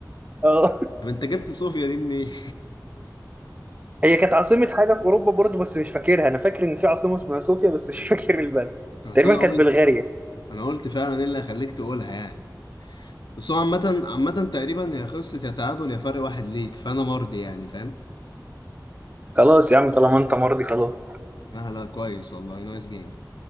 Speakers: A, on the right (about 20°); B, on the left (about 75°).
A: اه
B: طب أنت جبت صوفيا دي منين؟
A: <laughs> هي كانت عاصمه حاجه في اوروبا برضه بس مش فاكرها انا فاكر ان في عاصمه اسمها صوفيا بس مش <laughs> فاكر البلد
B: <laughs> بس
A: تقريبا
B: أنا
A: كانت
B: قلت
A: بلغاريا
B: أنا قلت فعلا إيه اللي هيخليك تقولها يعني بس هو عامة عامة تقريبا هي خلصت يا تعادل يا فرق واحد ليك فأنا مرضي يعني فاهم؟
A: خلاص يا عم طالما انت مرضي خلاص
B: لا لا كويس والله نايس جيم